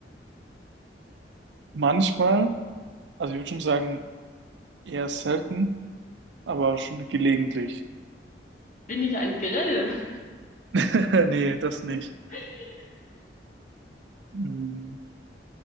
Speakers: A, on the right; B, on the left.
A: Manchmal, also ich würde schon sagen, eher selten, aber schon gelegentlich.
B: Bin ich ein Grill?
A: <laughs> Nee, das nicht.
B: <laughs>
A: Hm,